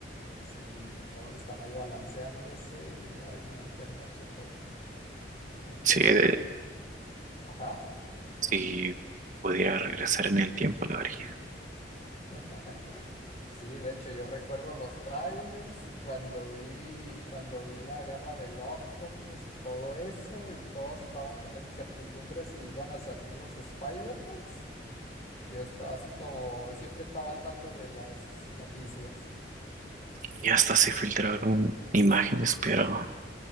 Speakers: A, on the left; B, on the right.
A: Sí, que todos están ahí balanceándose y ay no, qué hermoso todo. Aunque
B: Si,
A: bueno,
B: de-
A: ajá.
B: si pudiera regresar en el tiempo, lo haría.
A: <laughs> Sí, de hecho yo recuerdo los trailers y cuando vi, cuando vi la garra del Octopus y todo eso y todos estábamos con la incertidumbre si iban a salir los Spider-Mans. Yo estaba así como, siempre estaba al tanto de las noticias.
B: Y hasta se filtraron imágenes, pero